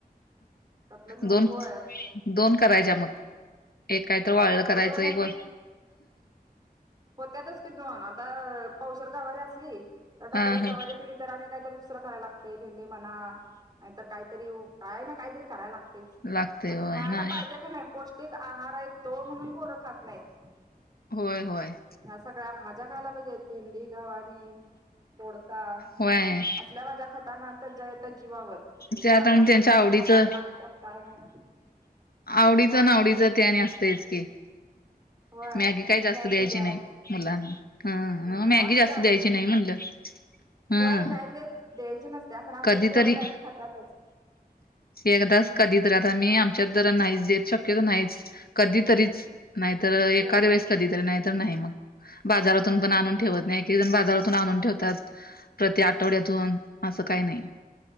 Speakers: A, on the right (about 25°); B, on the left (about 70°).
A: आपलं नेलं
B: दोन
A: होय
B: दोन करायच्या मग एक कायतर वाळलं करायचं
A: दोन
B: एक व
A: होत्यातच कि दोन आता पावशेर गवारी असली तर डब्याला
B: हा हा
A: गवारी दिली तर आणि काय तर दुसरा कराय लागतय भेंडी म्हणा नाहीतर काहीतरी काय ना काहीतरी कराय लाग तंयचं
B: लागतय
A: पण
B: होय
A: खायला
B: नाही
A: पाहिजे का नाही पौष्टिक आहार आहे तो म्हणून पोरं खात नाहीत
B: होय होय
A: ह्या सगळ्या भाज्या खायला पाहिजेत भेंडी गवारी दोडका
B: होय
A: असल्या भाज्या खाताना त्यांच्या येतं जीवावर
B: त्यात
A: शाळेत
B: आणि
A: आपलं
B: त्यांच्या
A: खात्यात
B: आवडीचं
A: का काय टाकतात काय माहित
B: आवडीचं
A: मॅगी
B: नावडीचं ते आणि असतयच की
A: होय
B: मॅगी काय जास्त
A: मॅगी
B: द्यायची
A: द्या
B: नाही मुलांना ह
A: हम्म
B: न्हवं मॅगी
A: आमच्यात
B: जास्त द्यायची नाही म्हणलं हा
A: होय नाही ते द्यायची नसत्या कारण आमच्यात
B: कधीतरी
A: पोरं मॅगी खात्यातच
B: एकदाच कधी तर आता मी आमच्यात ज नाही च देत शक्यत नाहीच कधीतरीच नाहीतर एखाद
A: होय
B: वेळेस कधीतरी नाहीत नाही मग बाजारातून
A: हम्म
B: पण आणून ठेवत नाही एकेक जण बाजारातून आणून ठेवतात प्रत आठवड्यातून
A: हा
B: असं काही नाही